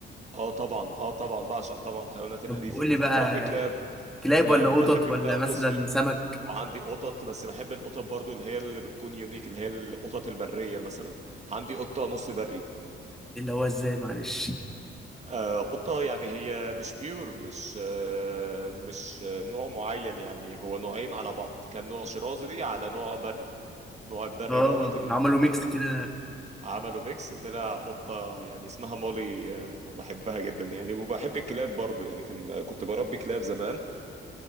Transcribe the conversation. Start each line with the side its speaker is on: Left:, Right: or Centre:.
Right: أه طبعا أه طبعا بعشق طبعا الحيوانات الأليفة
Centre: طب قول
Right: كنت
Centre: لي بقى
Right: بربي كلاب
Centre: كلاب
Right: كلاب
Centre: ولا قطط
Right: بحب
Centre: ولا
Right: كلاب
Centre: مثلا
Right: الصيد
Centre: سمك
Right: وعندي قطط بس بحب القطط برضو اللي هي اللي بتكون يونيك اللي هي القطط البرية مثلا عندي قطة نص بري
Centre: اللي هو ازاي معلش
Right: آه قطة يعني هي مش بيور مش آه مش آه نوع معين يعني هو نوعين على بعض كان نوع شرازي على نوع بري نوع البري
Centre: اه
Right: دوت
Centre: عملوا ميكس كده
Right: عملوا ميكس طلع قطة يعني اسمها مولي آه، بحبها جدا يعني وبحب الكلاب برضو يعني كان آه، كنت بربي كلاب زمان